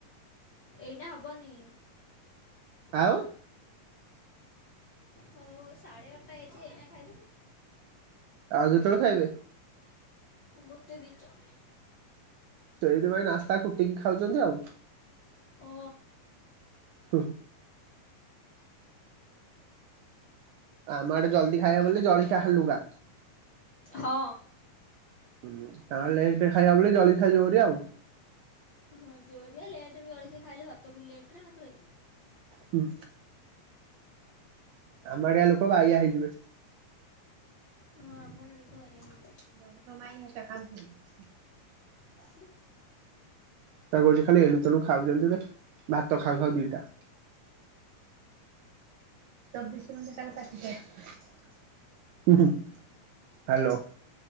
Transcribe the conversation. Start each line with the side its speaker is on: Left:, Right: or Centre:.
Left: ଏଇନା ହବନି।
Right: ଆଉ?
Left: ହଉ ସାଢ଼େ ଆଠଟା ହେଇଚି ଏଇନା ଖାଇବୁ?
Right: ଆଉ କେତେବେଳେ ଖାଇବେ?
Left: ଗୋଟେ ଦିଟା।
Right: ସେଇଥିପାଇଁ ନାସ୍ତା କୁଟିକି ଖାଉଛନ୍ତି ଆଉ।
Left: ଓ।
Right: <unintelligible> ଆମ ଆଡେ ଜଲ୍ଦି ଖାଇବା ବୋଲି ଜଳଖିଆ ହାଲୁଗା।
Left: ହଁ।
Right: ହୁଁ। ତାେଲେଟେ ଖାଇବା ବୋଲି ଜଳି ଖାଇ ଜଉରି ଆଉ।
Left: ହଁ ଜୋରିଆ ଲେଟ୍ ବି ଜଳଖିଆ ଖାଇଲେ ଭାତ ବି ଲେଟ ରେ ତାଙ୍କର
Right: ହୁଁ। ଆମ ଆଡିଆ ଲୋକ ଵାଇଆ ହେଇଯିବେ।
Left: ହଁ ଆମଡ଼େ ଲୋକ ବାଇଆହେଇ
Right: <unintelligible>
Left: କି?
Right: ତା କରଛି ଖାଲି ଏଣୁ ତେଣୁ ଖାଉଛନ୍ତି ତ ଭାତ ଖାଉ ଖାଉ ଦିଟା। ଚବିଶ ଘଣ୍ଟା ତାଙ୍କ ପାଟି ଚାଲି ହ୍ୟାଲୋ।